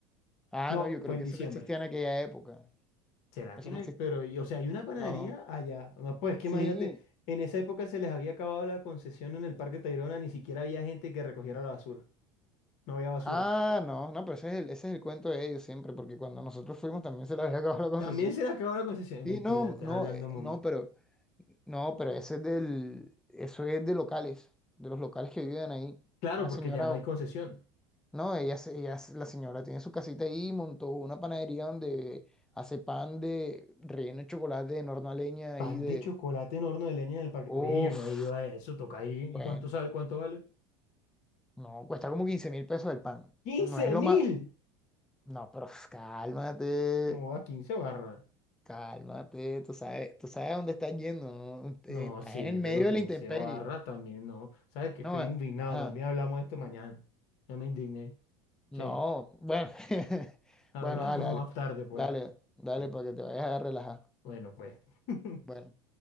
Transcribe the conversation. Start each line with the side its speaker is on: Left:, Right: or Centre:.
Centre: Ah,
Left: No,
Centre: no, yo creo
Left: fue en
Centre: que
Left: diciembre.
Centre: eso no existía en aquella época.
Left: ¿Será
Centre: Eso
Left: que no
Centre: no
Left: hay?
Centre: existía.
Left: Pero, y- o sea, hay una panadería
Centre: No.
Left: allá. No, pues es que
Centre: Sí.
Left: imagínate, en esa época se les había acabado la concesión en el Parque Tayrona, ni siquiera había gente que recogiera la basura. No había basura.
Centre: Ah, no, no, pero ese es el, ese es el cuento de ellos siempre, porque cuando nosotros fuimos también se les había acabado la concesión.
Left: También se les acabó la concesión.
Centre: Sí,
Left: Mentira,
Centre: no,
Left: estás
Centre: no,
Left: hablando.
Centre: eh,
Left: mon-
Centre: no, pero no, pero ese es del, eso es de locales, de los locales que viven ahí.
Left: Claro,
Centre: Una
Left: porque
Centre: señora,
Left: ya no hay concesión.
Centre: no, ella, se- ella, se- la señora tiene su casita ahí, montó una panadería donde hace pan de relleno de chocolate de horno a leña ahí
Left: Pan
Centre: de,
Left: de chocolate en horno de leña en el parque.
Centre: uff,
Left: Oye, yo no he ido a eso, toca ahí. ¿Y
Centre: bueno,
Left: cuánto sale? ¿Cuánto vale?
Centre: no, cuesta como quince mil pesos el pan.
Left: Quince
Centre: No es lo
Left: mil!
Centre: más, no, pero uf, cálmate,
Left: ¿Cómo va 15 barras?
Centre: cálmate, tú sabes, tú sabes a dónde estás yendo, ¿no? Eh,
Left: No,
Centre: Estás
Left: sí,
Centre: en el medio
Left: pero 15
Centre: de la intemperie.
Left: barras también no. ¿Sabes que
Centre: No,
Left: estoy indignado?
Centre: eh, ajá.
Left: Más bien hablamos de esto mañana. Ya me indigné.
Centre: No,
Left: Che.
Centre: bueno, <laughs>
Left: Hablamos
Centre: bueno, dale, dale,
Left: más tarde, pues.
Centre: dale, dale
Left: Eh,
Centre: para que te vayas a relajar.
Left: Bueno, pues. <laughs>
Centre: Bueno.